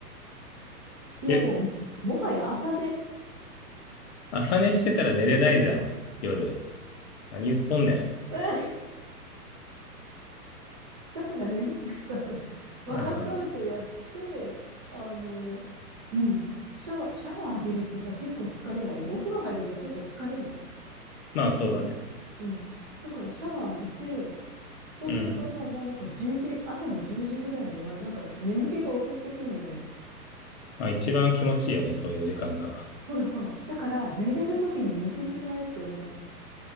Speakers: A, on the right (about 20°); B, on the left (about 45°).
A: いや、
B: え、
A: もう、もはや朝寝。
B: 朝寝してたら寝れないじゃん。夜。何言っとんね
A: <laughs> だからね、なんかさ、ほら、ワークアウトやって、
B: ん。うん。
A: あの、うん、シャワー、シャワー浴びるってさ、結構疲れないお風呂入るとちょっと疲れない
B: まあそうだね。
A: うん。だからシャワー浴びて、そうするとさ、
B: うん。
A: もうなんか10時、朝の10時ぐらいには、なんか眠気が襲ってくんのよ。
B: まあ、一番気持ちいいよね、そういう時間が。
A: ほらほら。だから、寝れる時に寝てしまえって思うじゃん。